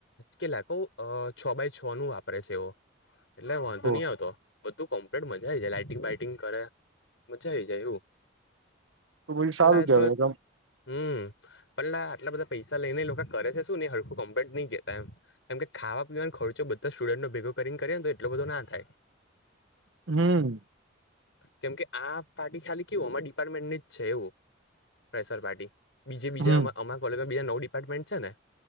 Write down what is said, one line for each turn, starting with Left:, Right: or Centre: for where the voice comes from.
Left: કેલા કઉ છ બાય છ નું વાપરે છે એવો. એટલે વાંધો
Right: તો
Left: નઈ આવતો. બધું કમ્પ્લેટ મજા આય જાય લાઇટિંગ બાઈટિંગ કરે મજા આવી જાય એવું.
Right: તો પછી સારું
Left: પલા
Right: કેવાય
Left: થોડ હમ્મ પણ લા આટલા બધા પૈસા લઈને એ લોકા કરે છે શું ને હરખું કમ્પ્લેટ નય કેતા એમ. કેમ કે ખાવા પીવાનો ખર્ચો બધા સ્ટુડન્ટો ભેગો કરીને કરે ને તો એટલો બધો ના થાય.
Right: હમ્મ.
Left: કેમ કે આ પાર્ટી ખાલી કેવું અમાર ડિપાર્ટમેન્ટની જ છે એવું. ફેશરપાર્ટી બીજ બીજા
Right: હમ
Left: અમાર કોલેજમાં બીજા નવું ડિપાર્ટમેન્ટ છે ને